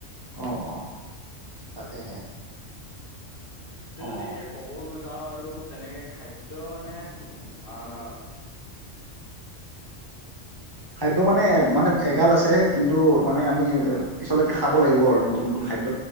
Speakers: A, on the right; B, on the left.
A: অ অ তাকেহে
B: তাকে
A: অ
B: যদি এতিয়া কব গৈ যাও আৰু আৰু তেনেকে খাদ্য মানে আহ
A: খাদ্য মানে মানে এগাল আছে, কিন্তু মানে আমি পিছলৈকে খাব লাগিব আৰু নতুন নতুন খাদ্য।